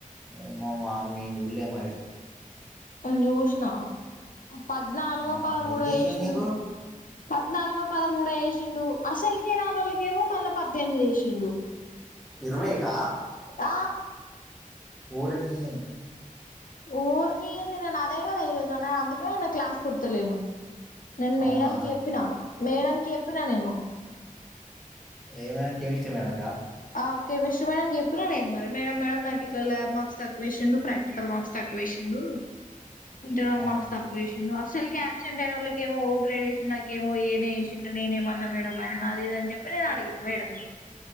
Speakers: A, in the centre; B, on the left (about 70°).
A: ఏమో మా మేము చుళ్లే మరి
B: నేను జుష్ణ పద్నాలుగో
A: ఆహా
B: పదమూడో
A: ఎంతేసిండు
B: ఏషిండు
A: నీకు
B: పద్నాలుగో పదమూడో ఎసిండు అసల్ కేే రానోల్ల కేేమో మల్ల పద్దెనిమిది ఏసిండు.
A: ఇర్వేక
B: ఆ
A: ఓరి నీ
B: ఓరిని ఏంది నేను అదే కదా ఈ రోజు అనే అందుకనే నేను క్లాస్ ఒత్తలేను. నేను మేడంకి
A: అవునా
B: చెప్పిన మేడం చెప్పిన నేను
A: ఏ మేడం కెమిస్ట్ర్రి మేడంకా
B: ఆ కెమిస్ట్రీ మేడం చెప్పినా నేను మరి మేడం మేడం నాకు ఇట్ల ల్యాబ్ మార్క్స్ తక్కువేసిండు ప్రాక్టికల్ మార్క్స్ తక్కువ వేసిండు ఇంటర్నల్
A: ఆ
B: మార్క్స్ తక్కువ ఎశిండు అసలుకి అబ్సెంట్ అయినోళ్ళకేమో ఏమో ఓ గ్రేడ్ ఏసిండు నాకేమో ఏ చేసిన నేనేమన్నా మేడంమ్ ఆయనని అది ఇది అని చెప్పి నేను అడిగిన మేడంని